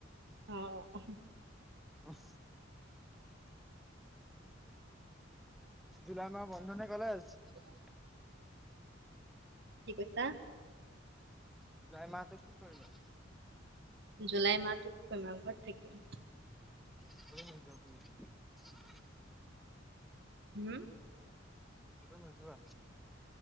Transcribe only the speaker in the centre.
উহ জুলাই মাহ বন্ধনে কলেজ।
<unintelligible>
জুলাই মাহতো কি কৰিবা?
<unintelligible>
ক'তো নোজোৱা?